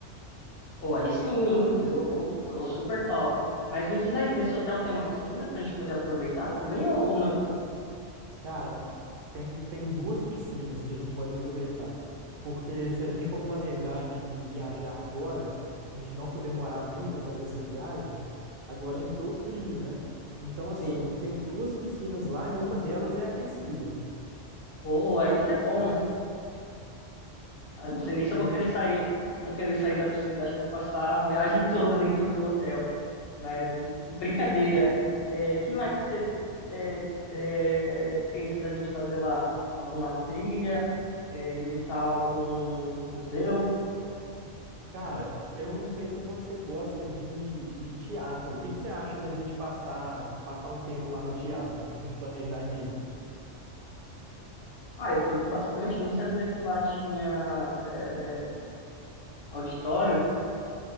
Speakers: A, on the left; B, on the right.
A: Pô, aí sim, hein? Eu, eu super topo. Mas me diz aí, nesse hotel tem uma piscina pra gente poder aproveitar também ou não?
B: Cara, tem, tem duas piscinas que a gente pode aproveitar. Porque se a gente for planejar de viajar agora, se a gente não for demorar muito a fazer essa viagem, agora entrou o frio, né? Então,
A: Sim.
B: assim, tem duas piscinas lá e uma delas é aquecida.
A: Ou aí que é bom. Ah, Não sei nem
B: É,
A: se eu vou querer sair, vou querer sair da piscina. Acho que eu vou passar a viagem <laughs> toda dentro do hotel. Mas <laughs> brincadeira. É, que mais que você é, é, pensa da gente fazer lá? Alguma trilha? É, visitar algum museu?
B: cara, eu não sei se você gosta de, de teatro. O que que você acha da gente passar, passar um tempo lá no teatro? A gente planejar de
A: Ah, eu curto bastante. Nem sabia que lá tinha é, auditório.